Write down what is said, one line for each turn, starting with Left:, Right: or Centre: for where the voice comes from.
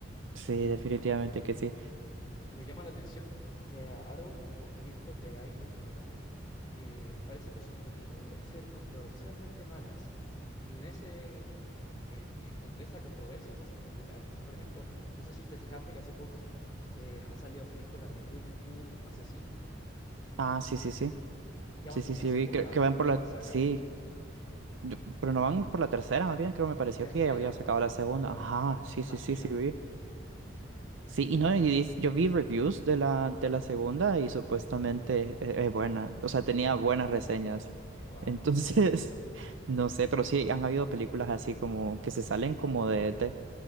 Right: Sí,
Left: Y,
Right: definitivamente que sí.
Left: Y me llama la atención que ahora último he visto que hay películas que parece que su objetivo es ser controversialmente malas. Y en ese, en- e- entre esa controversia se hacen populares. Por ejemplo, no sé si te fijaste que hace poco eh, han salido películas de Winnie Pooh asesino
Right: Ah, sí, sí, sí.
Left: y ya
Right: Sí,
Left: van
Right: sí,
Left: por la
Right: sí,
Left: segunda.
Right: vi que, que van
Left: Es
Right: por la...
Left: una saga.
Right: Sí, yo- pero no van por la tercera, más bien creo me pareció
Left: Tercera,
Right: que ya había sacado la segunda. Ajá, sí,
Left: imagínate,
Right: sí, sí, sí, vi.
Left: imagínate.
Right: Sí, y no, y dis- yo vi reviews de la, de la segunda y supuestamente es, es buena, o sea, tenía buenas reseñas.
Left: Wow.
Right: Entonces, <laughs> no sé, pero sí han habido películas así como que se salen como de, de-